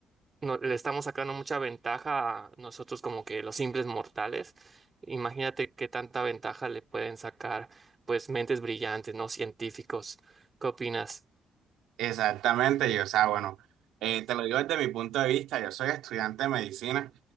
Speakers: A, on the right; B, on the right.
A: no- le estamos sacando mucha ventaja a nosotros como que los simples mortales. Imagínate qué tanta ventaja le pueden sacar pues mentes brillantes, no científicos. ¿Qué opinas?
B: Exactamente, y o sea, bueno, eh, te lo digo desde mi punto de vista, yo soy estudiante de medicina